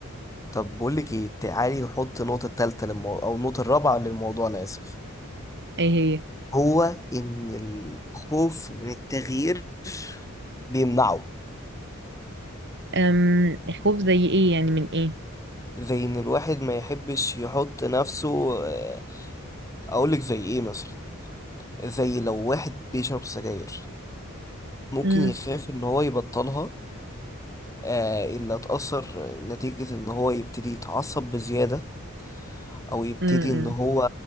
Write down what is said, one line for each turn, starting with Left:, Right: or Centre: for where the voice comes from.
Left: طب بقول لك ايه تعالي نحط النقطة التالتة للموضوع او النقطة الرابعة للموضوع انا اسف
Right: ايه هي
Left: هو إن الخوف من التغيير بيمنعه
Right: أم خوف زي ايه يعني من ايه
Left: زي إن الواحد ما يحبش يحط نفسه آه، أقولك زي إيه مثلا زي لو واحد بيشرب سجاير ممكن
Right: أم،
Left: يخاف إن هو يبطلها آه، إلا اتأثر نتيجة إن هو يبتدي يتعصب بزيادة أو يبتدي
Right: أم، أم.
Left: إن هو